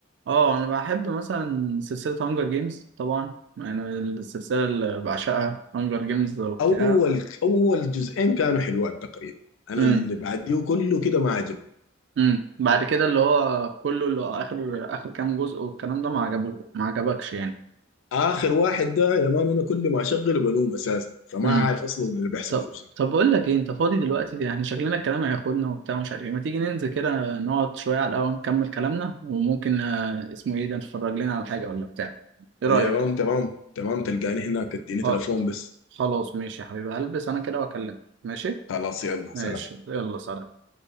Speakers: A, on the right (about 65°); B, on the left (about 85°).
A: اه انا بحب مثلا سلسله هانجر جيمز طبعا يعني السلسله اللي بعشقها هانجر جيمز وبتاع
B: اول اول جزئين كانوا حلوات تقريبا انا
A: امم
B: اللي بعديه كله كده ما عجبني
A: امم بعد كده اللي هو كله اللي هو اخر اخر كام جزء والكلام ده ما عجبوك ما عجبكش يعني
B: اخر واحد ده يا مان انا كل ما اشغله بنوم اساسا فما
A: امم.
B: عارف اصلا اللي بيحصل
A: طب
B: فيه شنو.
A: طب بقول لك ايه انت فاضي دلوقتي يعني شكلنا الكلام هياخدنا وبتاع مش عارف ايه ما تيجي ننزل كده نقعد شويه على القهوه نكمل كلامنا وممكن آه، اسمه ايه ده نتفرج لنا على حاجه ولا بتاع ايه رايك
B: يا مان تمام تمام تلقاني هناك اديني
A: خ-
B: تليفون بس
A: خلاص ماشي يا حبيبي هلبس انا كده واكلمك ماشي
B: خلاص يلا
A: ماشي
B: سلام
A: يلا سلام